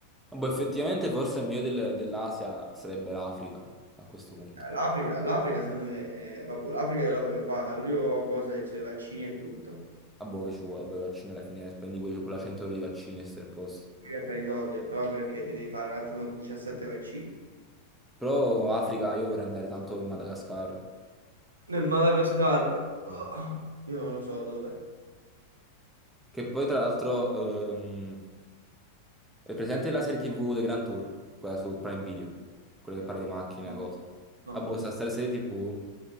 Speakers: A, in the centre; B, on the right (about 75°).
A: Boh, effettivamente forse meglio del- dell'Asia sarebbe l'Africa a questo punto.
B: L'Africa, l'Africa secondo me, eh, vabbè, l'Africa io la voglio fare, l'unica cosa è sui vaccini e tutto.
A: Ah, boh, che ci vuole? Boh, i vaccini alla fine spendi quei- quella 100 euro di vaccini e stai a posto.
B: Mica è per i soldi, è proprio perché ti devi fare un attimo 17 vaccini.
A: Però Africa, io vorrei andare tanto in Madagascar.
B: Nel Madagascar, oh,
A: Sì.
B: io non lo so dove.
A: Che poi tra l'altro... ehm, È presente la serie TV The Grand Tour, quella su Prime Video, quella che parla di macchine,
B: No,
A: cose.
B: no.
A: Ah, boh, sta sta serie TV